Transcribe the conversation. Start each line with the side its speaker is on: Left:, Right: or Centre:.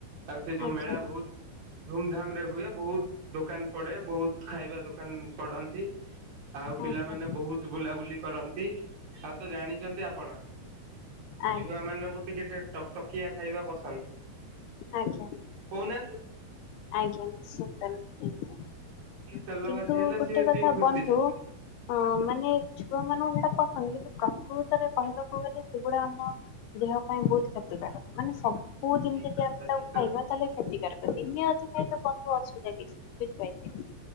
Right: ଆଉ ସେ ଯୋଉ
Left: ଆଜ୍ଞା
Right: ମେଳା ବହୁତ ଧୁମଧାମ ରେ ହୁଏ ବହୁତ ଦୋକାନ ପଡେ ବହୁତ ଖାଇବା ଦୋକ କାନ ପଢନ୍ତି, ଆଉ ପିଲାମାନେ
Left: ଆଜ୍ଞା
Right: ବହୁତ ବୁଲାବୁଲି କରନ୍ତି। ଆଉ ତ ଜାଣି <inaudible> କଣ
Left: ଆଜ୍ଞା
Right: ଛୁଆ ମାନଙ୍କୁ ଟିକେ ଟେ ଟକ୍ ଟକ୍ କିିଆ ଖାଇବା ପସନ୍ଦ?
Left: ଆଜ୍ଞା।
Right: କହୁନାହାନ୍ତି।
Left: ଆଜ୍ଞା ସେ ତାଲ୍ <unintelligible>
Right: ଟିକେ ତେଲ
Left: କିନ୍ତୁ
Right: ଭାଜି ହେଲେ
Left: ଗୋଟେ
Right: ସିଏ
Left: କଥା
Right: ଟିକେ ଖୁସି
Left: ବନ୍ଧୁ ଅଁ ମାନେ ଛୁଆ ମାନଙ୍କୁ ହେଟା କ <unintelligible> ପ୍ରକୃତରେ କହିବାକୁ ଗଲେ ସେଗୁଡା ଆମ ଦେହ ପାଇଁ ବହୁତ କ୍ଷତିକାରକ ମାନେ ସବ ସବୁଦିନ
Right: ଠିକ
Left: ଯଦି
Right: କଥା
Left: ଆମେ
Right: ଠିକ
Left: ତାକୁ
Right: କଥା।
Left: ଖାଇବା ତାହେଲେ କ୍ଷତିକାରକ। ଦିନେ ଅଧେ ଖାଇ ଖାଇଲେ କ ପୁଅ ଅସୁବିଧା କିଛି ବୁଝପାଇଲିନି